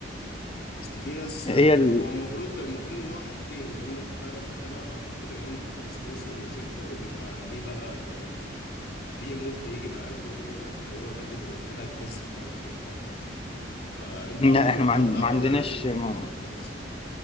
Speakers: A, on the left; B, on the left.
A: اصل في ناس
B: هي ال...
A: هو المفروض المفروض ان هو حاجتين يا اما انت فعلا بتتابع مع دكتور يا اما بتاخد سبونسر من شركه وبيبقى ليه بقى ده ال... في مود بيجي معاكوا وكده وهو ده اللي بيبقى متابع الفيز بتاعكوا وبتاع فانتوا
B: لا
A: عندكوا
B: احنا
A: الحوار
B: ما عن-
A: ده
B: ما
A: ولا
B: عندناش
A: لازم كله
B: ما...
A: دكاتره بس